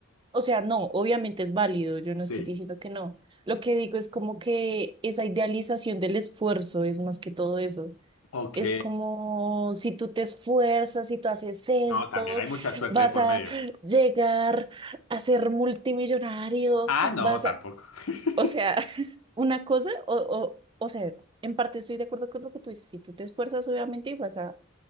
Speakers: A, on the right; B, on the left.
A: o sea, no, obviamente es válido, yo no estoy
B: Sí.
A: diciendo que no. Lo que digo es como que esa idealización del esfuerzo es más que todo eso
B: Ok.
A: Es como si tú te esfuerzas, si tú haces esto,
B: No, también hay mucha suerte
A: vas
B: de por
A: a
B: medio.
A: llegar a ser multimillonario,
B: Ah, no,
A: vas
B: tampoco.
A: a,
B: <laughs>
A: o sea, <laughs> una cosa, o, o, o sea, en parte estoy de acuerdo con lo que tú dices, si tú te esfuerzas, obviamente vas a